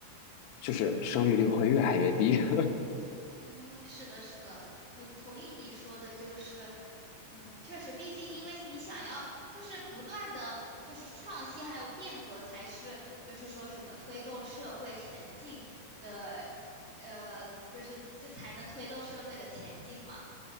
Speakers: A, on the left; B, in the centre.
A: 就是生育率会越来越低。<laughs>
B: 嗯，是的，是的，我同意你说的，就是，嗯，确实，毕竟因为你想要就是不断的就是创新还有变革，才是就是说什么推动社会前进的，呃，就是这才能推动社会的前进嘛。